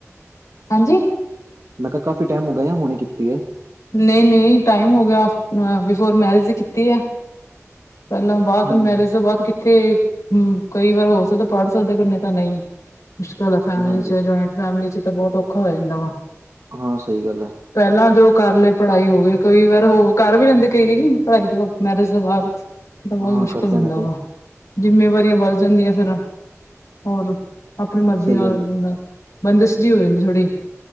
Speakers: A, on the left; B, on the right.
A: ਹਾਂਜੀ।
B: ਮੈ ਕਿਆ ਕਾਫੀ ਟੈਮ ਹੋਗੇਆ ਯਾ ਹੁਨੀ ਕੀਤੀ ਐ।
A: ਨਈ-ਨਈ ਟਾਈਮ ਹੋ ਗਿਆ ਬਿਫੋਰ ਮੈਰਿਜ ਈ ਕੀਤੀ ਆ। ਪੈਲਾਂ ਬਾਦ
B: ਹੂੰ
A: ਮੈਰਿਜ ਤੋਂ ਬਾਦ ਕਿ ਤੇ ਹੂੰ, ਕਈ ਵਾਰ ਹੋ ਸਕਦਾ ਪੜ੍ਹ ਸਕਦੇ ਕਿਨੇ ਤਾਂ ਨਈ ਮੁਸ਼ਕਿਲ ਆ ਫੈਮਲੀ
B: ਹਾਂਜੀ
A: ਚ ਜੁਆਇੰਟ ਫੈਮਿਲੀ ਚ ਤਾਂ ਬੋਤ ਓਖਾ ਹੋ ਜਾਂਦਾ ਵਾ।
B: ਹਾਂ ਸਈ ਗੱਲ ਐ।
A: ਪੈਲਾਂ ਜੋ ਕਰ ਲਏ ਪੜ੍ਹਾਈ ਹੋ ਗਏ ਕਈ ਵਾਰ ਹੋ ਕਰ ਵੀ ਲੈਂਦੇ ਕਈ ਪੜ੍ਹਾਈ ਤੋਂ ਮੈਰਿਜ ਤੋਂ ਬਾਦ। ਤਾਂ ਬੋਤ
B: ਹਾਂ
A: ਮੁਸ਼ਕਿਲ
B: ਕਰਦੇ
A: ਹੁੰਦਾ
B: ਨੇ ਕਈ
A: ਵਾ ਜਿੰਮੇਵਾਰੀਆਂ ਵੱਧ ਜਾਂਦੀਆਂ ਫੇਰ ਹੋਰ ਅਪਣੀ ਮਰਜ਼ੀ
B: ਸਹੀ
A: ਨਾਲ
B: ਗੱਲ ਹੈ
A: ਬੰਦਾ ਬੰਦਿਸ਼ ਜੀ ਹੋ ਜਾਂਦੀ ਥੋੜੀ